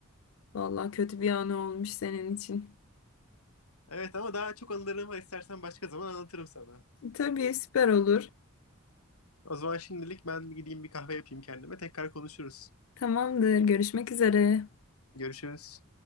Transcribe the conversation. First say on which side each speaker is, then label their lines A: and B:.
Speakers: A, on the left; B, on the left.
A: Vallahi kötü bir anı olmuş senin için.
B: Evet ama daha çok anılarım var. İstersen başka zaman anlatırım sana.
A: Tabii süper olur.
B: O zaman şimdilik ben bir gideyim bir kahve yapayım kendime. Tekrar konuşuruz.
A: Tamamdır. Görüşmek üzere.
B: Görüşürüz.